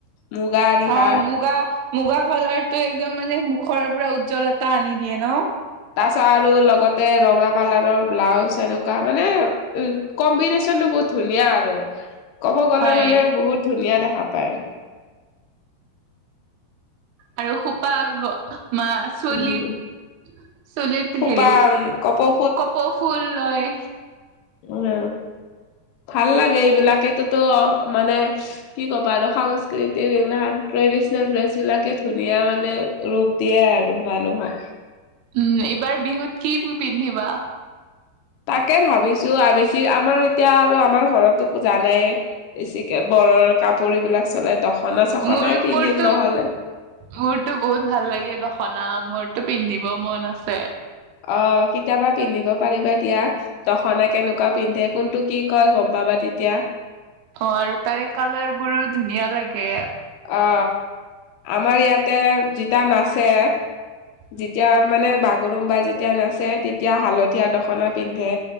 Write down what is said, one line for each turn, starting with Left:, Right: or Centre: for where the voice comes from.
Left: মুগা ৰিহা
Right: অ', মুগা- মুগা কালাৰ টো একদম মানে মুখৰ পৰা উজ্জ্বল তা আনি দিয়ে ন',
Left: তাৰছত আৰু লগতে ৰঙা কালাৰৰ ব্লাউজ এনেকুৱা মানে উ কম্বেইনেশ্বন টো বহুত ধুনীয়া আৰু ক'ব গ'লে
Right: হয়
Left: মানে বহুত ধুনীয়া দেখে হাপাই
Right: আৰু খোপা মা চুলিত
Left: উম,
Right: চুলিত
Left: খোপা
Right: হেৰি
Left: কপৌ
Right: কপৌ ফুল লয়।
Left: উ-ঙ্গেও ভাল লাগে এইবিলাকেতোটো মানে কি ক'বা আৰু সাংস্কৃতিৰ এইবিলাক <unintelligible> ট্ৰেডিচনেল ড্ৰেছ বিলাকে ধুনীয়া মানে ৰূপ দিয়ে আৰু মানুহক।
Right: উম এইবাৰ বিহুত কি পিন্ধিবা?
Left: তাকে ভাবিছো বেছি আমাৰ এতিয়া আৰু আমাৰ ঘৰতো খোজা নাই। বেছিকে ঘৰৰ কাপোৰবিলাক চলে দখনা চখনাই
Right: মোৰ
Left: পিন্ধিম
Right: মোৰতো
Left: নহলে।
Right: মোৰতো বহুত ভাল লাগে দখনা মোৰটো পিন্ধিব মন আছে।
Left: অ কেতিয়াবা পিন্ধিব পাৰিবা দিয়া দখনা কেনেকুৱা পিন্ধে কোনটো কি কয় গম পাবা। তেতিয়া।
Right: অ আৰু তাৰে কালাৰ বোৰো ধুনীয়া লাগে।
Left: অ আমাৰ ইয়াতে যেতিয়া নাচে।
Right: <unintelligible>
Left: যেতিয়া মানে বাগৰুমবা যেতিয়া নাচে তেতিয়া হালধীয়া দখনা পিন্ধে